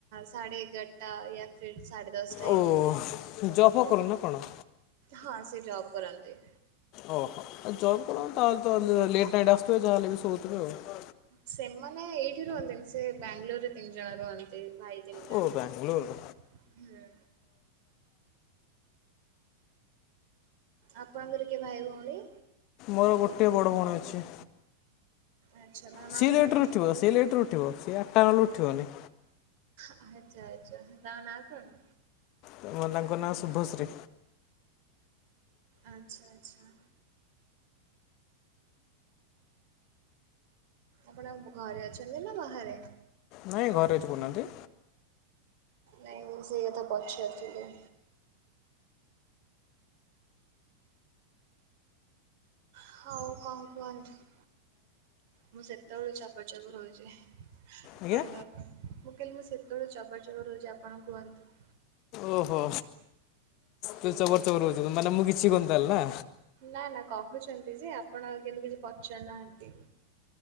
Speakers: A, on the right; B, on the left.
A: ସାଢ଼େ ଏଗାର ଟା ୟା ଫିର୍ ସାଢ଼େ ଦଶଟା
B: ଓ
A: ଏମିତି।
B: ଜବ୍ ଫବ୍ କରନ୍ତି ନା କଣ?
A: ହଁ ସେ ଯବ୍ କରନ୍ତି।
B: ଓହୋ ଆଉ ଜବ୍ କରନ୍ତି ତାହେଲେ ତ ଲେଟ୍ ନାଇଟ୍ ଆସୁଥିବେ ଯାହେଲେ ବି ଶୋଉଥିବେ ଆଉ।
A: ସେମାନେ ଏଇଠି ରୁହନ୍ତିନି ସେ ବାଙ୍ଗାଲୋର୍ ରେ ତିନି ଜଣ ରୁହନ୍ତି ଭାଇ ତିନି ଜଣ।
B: ଓ ବାଙ୍ଗଲୋର
A: ହୁଁ ଆପଣଙ୍କର କିଏ ଭାଇ ଭଉଣୀ।
B: ମୋର ଗୋଟିଏ ବଡ଼ ଭଉଣୀ ଅଛି।
A: ଆଚ୍ଛା ତାଙ୍କ
B: ସିଏ
A: ନାଁ କଣ?
B: ଲେଟ୍ ରେ ଉଠିବ ସିଏ ଲେଟ୍ ରେ ଉଠିବ ସିଏ ଆଠଟା ନହେଲେ ଉଠିବନି
A: ଆଚ୍ଛା ଆଚ୍ଛା ତାଙ୍କ ନା କଣ?
B: ତାଙ୍କ ନାଁ ଶୁଭଶ୍ରୀ।
A: ଆଚ୍ଛା ଆଚ୍ଛା ଆପଣ ଘରେ ଅଛନ୍ତି ନା ବାହାରେ?
B: ନାଇଁ ଘରେ ଅଛି କହୁନାହାନ୍ତି।
A: ନାଇଁ ମୁଁ ସେଇ କଥା ପଚାରୁଥିଲି ହଉ କଣ କୁହନ୍ତୁ ମୁଁ ସେତେବେଳୁ ଚପର୍ ଚପର୍ ହଉଛି।
B: ଆଜ୍ଞା
A: କୁହନ୍ତୁ ଆପଣ ମୁଁ କହିଲି ମୁଁ ସେତେବେଳୁ ଚବର୍ ଚବର୍ ହଉଛି ଆପଣ କୁହନ୍ତୁ?
B: ଓହୋ ତୁ ଚବର୍ ଚବର୍ ହଉଛୁ ମାନେ ମୁଁ କିଛି କହୁନି ତାହେଲେ ନା?
A: ନା ନା କହୁଛନ୍ତି ଯେ ଆପଣ କିନ୍ତୁ କିଛି ପଚାରୁ ନାହାନ୍ତି।